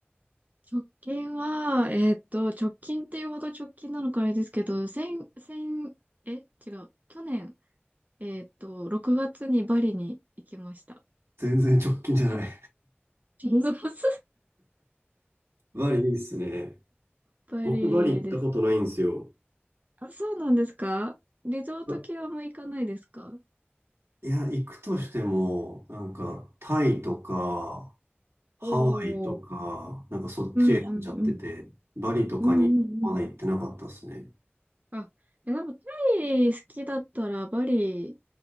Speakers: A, on the right; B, on the right.
A: 直近は、えーっと、直近っていうほど直近なのかあれですけど、先、先、え、違う。去年、えーっと、6月にバリに行きました。
B: 全然直近じゃない。
A: <laughs> 6月
B: バリいいっすね。
A: ぱりです。
B: 僕バリ行ったことないんですよ。
A: あ、そうなんですかリゾート系はあんま行かないですか
B: あいや、行くとしても、なんかタイとか、ハワイとか、
A: おー。
B: なんかそっちへんじゃってて、
A: うんうんうん。
B: バリとかにまだ行ってなかったですね。
A: うんうんうん。あ、いや、でもタイ好きだったらバリ